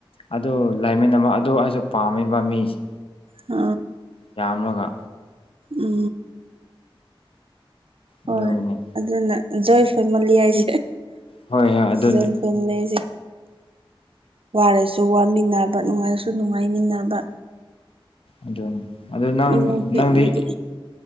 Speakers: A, on the left; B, on the right.
A: ꯑꯗꯨ ꯂꯩꯃꯤꯟꯅꯕ ꯑꯗꯨ ꯑꯩꯁꯨ ꯄꯥꯝꯃꯤꯕ ꯃꯤꯁ
B: ꯑ
A: ꯌꯥꯝꯂꯣꯒ
B: ꯎ ꯍꯣꯏ
A: ꯑꯗꯨꯒꯤꯅꯤ
B: ꯑꯗꯨꯅ ꯖꯣꯏ ꯐꯦꯃꯂꯤ ꯍꯥꯏꯁꯦ
A: ꯍꯣꯏ ꯍꯣꯏ ꯑꯗꯨꯅꯤ
B: ꯪ ꯐ ꯂꯩꯁꯦ ꯋꯥꯔꯁꯨ ꯋꯥꯃꯤꯟꯅꯕ ꯅꯨꯡꯉꯥꯏꯔꯁꯨ ꯅꯨꯡꯉꯥꯏꯃꯤꯟꯅꯕ
A: ꯑꯗꯨ ꯑꯗꯨ ꯅꯪ
B: ꯏꯃꯨꯡ ꯄꯤꯛꯂꯗꯤ
A: ꯅꯪꯗꯤ